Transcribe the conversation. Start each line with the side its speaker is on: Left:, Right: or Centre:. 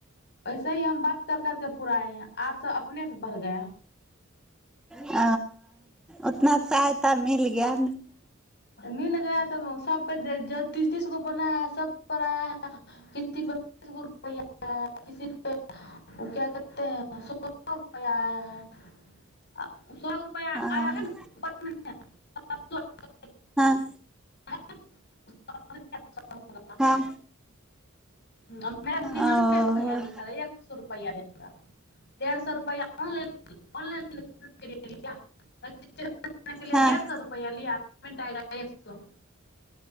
Left: वैसे ही हम बात कर करके पुराए हैं आठ सए अपने से बढ़ गया
Centre: ह उतना सहायता मिल गया
Left: मिल गया तो सब पे <unintelligible> तीस तीस गो बनाया है सब पर आया है किसी पे बीस गो रुपआ आया है किसी पे ओ क्या कते है सोल रुपआ आया है <unintelligible> सए रुपैआ
Centre: हँ
Left: आय है ने <unintelligible>
Centre: हँ
Left: <unintelligible>
Centre: हँ
Left: ह <unintelligible> मे
Centre: ओ
Left: निनानबे रुपैआ लिखल है एक सए रुपैआ डेढ़ सए रुपआ ऑनऑनलाईन ऑनऑनलाईन <unintelligible> रजिस्ट्रेशन के लिए
Centre: हँ <unintelligible>
Left: सौ रुपया लिया पेमेंट आएगा एक सौ